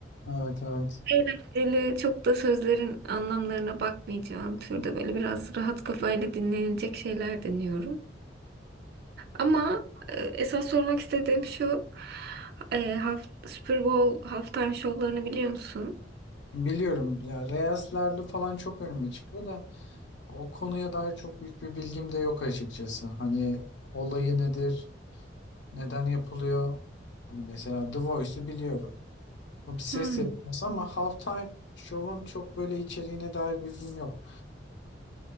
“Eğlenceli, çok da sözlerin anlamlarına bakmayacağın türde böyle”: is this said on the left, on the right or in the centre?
Right